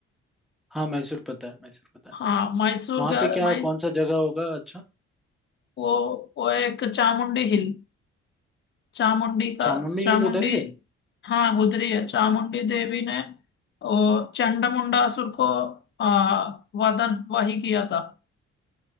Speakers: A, in the centre; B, on the left (about 35°).
A: हाँ मैसूर पता है मैसूर पता है
B: हाँ मैसूर
A: वहां
B: गया
A: पे क्या
B: मै,
A: कौन सा जगह होगा अच्छा
B: वो वो एक चामुंडी हिल चामुंडी का
A: चामुंडी
B: चामुंडी
A: हिल उधर ही है
B: हाँ गुजरी है चामुंडी देवी ने वो चंडमुंडा असुर को आ, वदन वही किया था